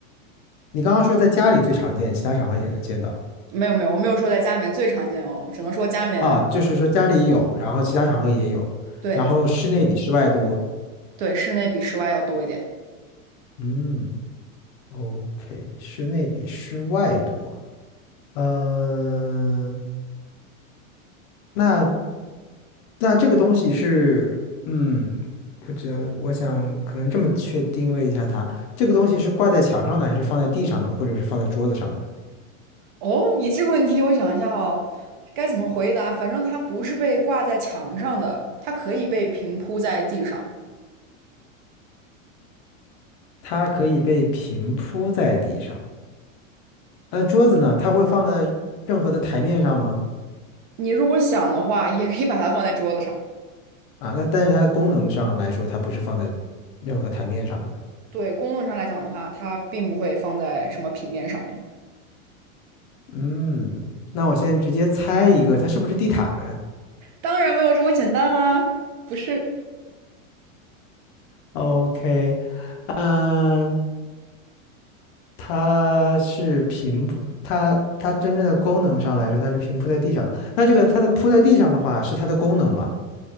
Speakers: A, on the left; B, on the right.
A: 你刚刚说在家里最常见，其他场合也能见到。
B: 没有没有，我没有说在家里面最常见哦，只能说家里面，
A: 啊，就是说家里有，然后其他场合也有，
B: 对
A: 然后室内比室外多。
B: 对，室内比室外要多一点。
A: 嗯，OK，室内比室外多。嗯、那那这个东西是，嗯，不知道，我想可能这么确定位一下它，这个东西是挂在墙上的，还是放在地上的，或者是放在桌子上的？
B: 哦，你这个问题我想一下哦，该怎么回答？反正它不是被挂在墙上的，它可以被平铺在地上。
A: 它可以被平铺在地上。那桌子呢？它会放在任何的台面上吗？
B: 你如果想的话，也可以把它放在桌子上。
A: 啊，那但是它的功能上来说，它不是放在任何台面上的。
B: 对，公论上来讲的话，它并不会放在什么平面上面。
A: 嗯，那我现在直接猜一个，它是不是地毯？
B: 当然没有这么简单啦，不是
A: OK，嗯、它是平铺，它它真正的功能上来说，它是平铺在地上的。那这个它的铺在地上的话，是它的功能吗？